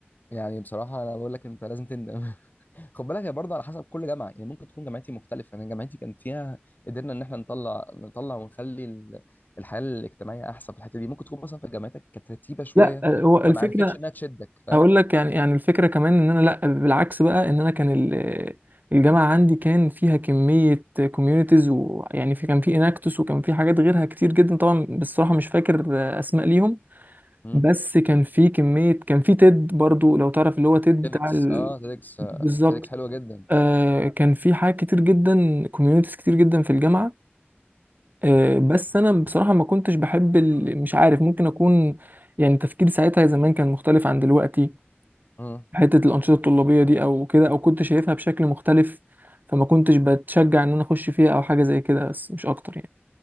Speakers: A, on the left (about 45°); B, on the right (about 45°).
A: يعني بصراحه انا بقول لك انت لازم تندم <laughs> خد بالك هي برضه على حسب كل جامعه يعني ممكن تكون جامعتي مختلفه يعني جامعتي كان فيها قدرنا ان احنا نطلع نطلع ونخلي ال- الحياه الاجتماعيه احسن في الحته دي ممكن تكون مثلا في جامعتك كانت رتيبه شويه
B: لا آه، هو الفكرة
A: فما عرفتش انها تشدك فاهم
B: هقول لك يعني يعني الفكره كمان ان انا لا بالعكس بقى ان انا كان ال- الجامعه عندي كان فيها كميه كوميونيتيز ويعني في كان في اناكتوس وكان في حاجات غيرها كتير جدا طبعا بصراحه مش فاكر اسماء ليهم
A: مم.
B: بس كان في كميه كان في تيد برضو لو تعرف اللي هو تيد
A: تيدكس
B: بتاع ال...
A: اه تيدكس
B: بالظبط
A: آه تيدكس حلوه جدا
B: آه كان في حاجات كتير جدا كوميونيتيز كتير جدا في الجامعه آه بس انا بصراحه ما كنتش بحب ال... مش عارف ممكن اكون يعني تفكيري ساعتها زمان كان مختلف عن دلوقتي
A: مفيده
B: حتة الأنشطة الطلابية دي أو كده أو كنت شايفها بشكل مختلف فما كنتش بتشجع إن أنا أخش فيها أو حاجة زي كده بس مش أكتر يعني